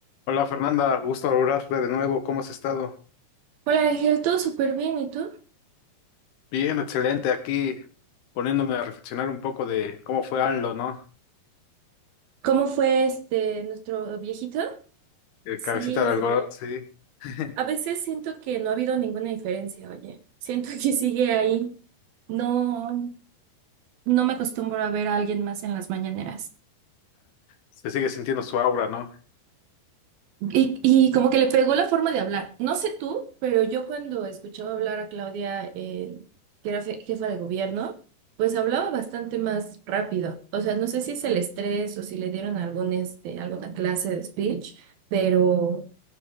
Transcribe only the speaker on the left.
Hola Fernanda, gusto hablarte de nuevo. ¿Cómo has estado?
Bien, excelente. Aquí poniéndome a reflexionar un poco de cómo fue AMLO, ¿no?
El
cabecita de
algodón, sí. <laughs>
Se sigue sintiendo su aura, ¿no?